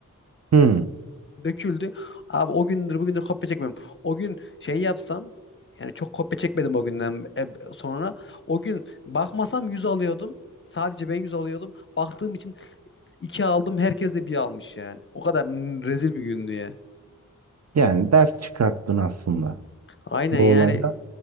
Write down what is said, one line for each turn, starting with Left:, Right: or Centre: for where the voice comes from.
Right: Hı.
Left: Döküldü. Abi o gündür bugündür kopya çekmem. O gün şey yapsam yani çok kopya çekmedim o günden e, sonra. O gün bakmasam 100 alıyordum. Sadece ben 100 alıyordum. Baktığım için 2 aldım. Herkes de bir almış yani. O kadar rezil bir gündü ya.
Right: Yani ders çıkarttın aslında
Left: Aynen
Right: bu
Left: yani
Right: olayda.